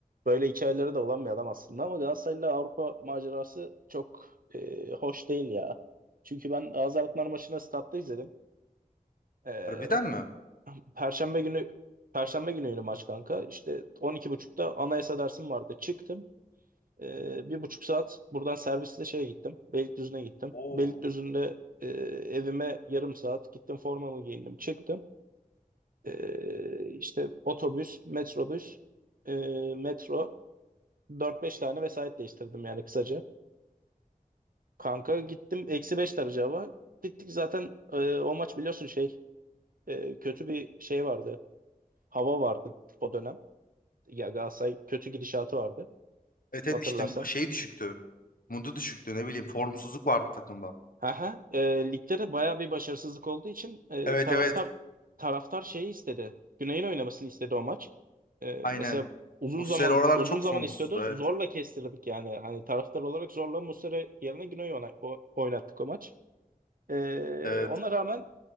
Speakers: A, on the right (about 75°); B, on the left (about 75°).
A: Böyle hikayeleri de olan bir adam aslında ama Galatasaray'la Avrupa macerası çok e, hoş değil ya. Çünkü ben Gaziantep maçını statta izledim. E,
B: Harbiden mi?
A: Perşembe günü Perşembe günüydü maç kanka. İşte 12.30'da anayasa dersim vardı. Çıktım. E, bir buçuk saat buradan servisle şeye gittim. Beylikdüzü'ne gittim.
B: Oo.
A: Beylikdüzü'nde e, evime yarım saat gittim formamı giyindim. Çıktım. E, işte otobüs, metrobüs, e, metro. Dört beş tane vesait değiştirdim yani kısaca. Kanka gittim eksi 5 derece hava. Gittik zaten e, o maç biliyorsun şey e, kötü bir şey vardı. Hava vardı o dönem. Ya Galatasaray kötü gidişatı vardı
B: Evet evet
A: hatırlarsan.
B: işte şey düşüktü. Mundu düşüktü ne bileyim formsuzluk vardı takımda.
A: Aha, e, ligde de baya bir başarısızlık olduğu için e,
B: Evet
A: taraftar
B: evet
A: taraftar şeyi istedi. Güney'in oynamasını istedi o maç. E, mesela
B: aynen.
A: uzun
B: Muslera
A: zaman
B: oralar
A: uzun
B: çok
A: zaman
B: formsuzdu
A: istiyordu.
B: evet.
A: Zorla kestirdik yani. Hani taraftar olarak zorla Muslera yerine Güney'i ona- o- oynattık o maç. Ee,
B: Evet.
A: ona rağmen